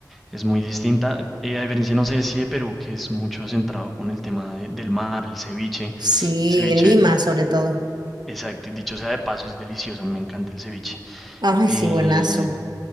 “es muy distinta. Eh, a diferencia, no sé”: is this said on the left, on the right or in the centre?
Centre